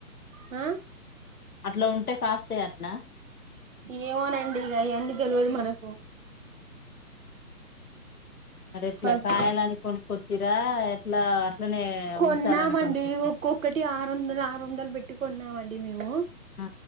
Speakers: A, on the right; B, on the left.
A: ఆ
B: అట్లా ఉంటే కాస్ట్ అట్నా
A: ఏమోనండి ఇగ అయన్నీ తెలవుదు మనకు
B: మరి ఎట్ల
A: ఫస్ట్
B: కాయలనీ కొనుక్కొచ్చిర్రా ఎట్లా అట్లనే
A: కొన్నామండి
B: ఉంచాలని కొనుక్కొచ్చిరా
A: ఒక్కొక్ కటి ఆరువందల్ ఆరువందలు పెట్టి కోన్నామండి మేము,
B: ఆ,